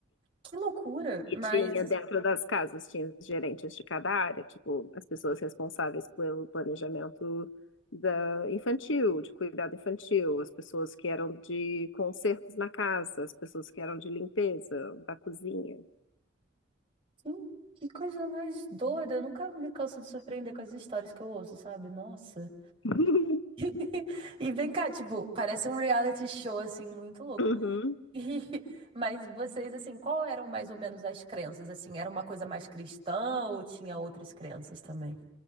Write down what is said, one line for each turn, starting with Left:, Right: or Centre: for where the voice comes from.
Right: Que loucura!
Left: E
Right: Mas
Left: tinha dentro das casas, tinha os gerentes de cada área, tipo, as pessoas responsáveis pelo planejamento da infantil, de cuidado infantil, as pessoas que eram de consertos na casa, as pessoas que eram de limpeza da cozinha.
Right: que, que coisa mais doida! Eu nunca me canso de surpreender com as histórias que eu ouço, sabe? Nossa!
Left: <laughs>
Right: <laughs> E vem cá, tipo, parece um reality show, assim, muito louco.
Left: Uhum.
Right: <laughs> E- mas vocês, assim, qual eram mais ou menos as crenças? Assim, era uma coisa mais cristã ou tinha outras crenças também?